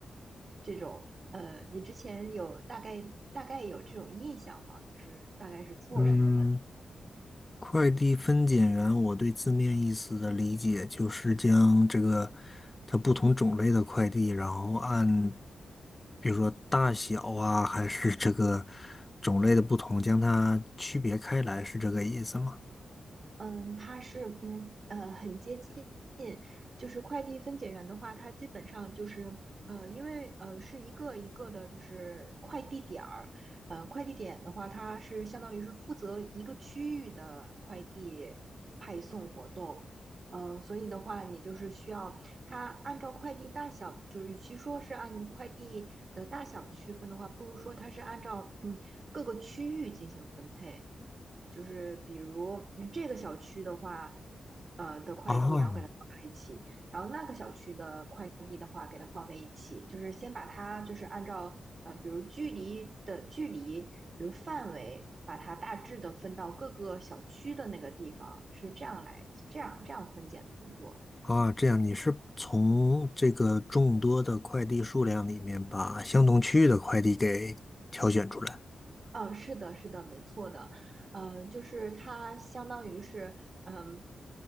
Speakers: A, on the right; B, on the left.
A: 这种呃，你之前有大概大概有这种印象吗？就是大概是做什么的？
B: 嗯，快递分拣员，我对字面意思的理解就是将这个它不同种类的快递，然后按比如说大小啊，还是这个种类的不同，将它区别开来，是这个意思吗？
A: 嗯，它是嗯呃很接近，就是快递分拣员的话，它基本上就是呃，因为呃是一个一个的，就是快递点儿，呃快递点的话，它是相当于是负责一个区域的快递派送活动，呃，所以的话，你就是需要它按照快递大小，就是与其说是按快递的大小区分的话，不如说它是按照嗯各个区域进行分配。就是比如嗯这个小区的话，呃的快递，
B: 啊，
A: 然后给它放在一起，然后那个小区的快递的话，给它放在一起，就是先把它就是按照呃，比如距离的距离，比如范围，把它大致的分到各个小区的那个地方，是这样来这样这样分拣的工作。
B: 啊，这样你是从这个众多的快递数量里面把相同区域的快递给挑选出来。
A: 嗯，是的，是的，没错的，呃，就是它相当于是，嗯，